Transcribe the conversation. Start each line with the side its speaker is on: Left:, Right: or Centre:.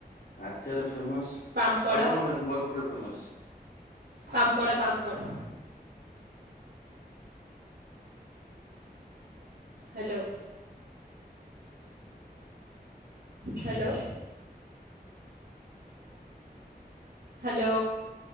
Left: ଆଚର ଫେମସ
Right: ପାମ୍ପଡ଼
Left: ଆଉ କଣ ବ୍ରହ୍ମପୁରରେ ଫେମସ।
Right: ପାମ୍ପଡ଼ ପାମ୍ପଡ଼। ହ୍ୟାଲୋ ହ୍ୟାଲୋ ହ୍ୟାଲୋ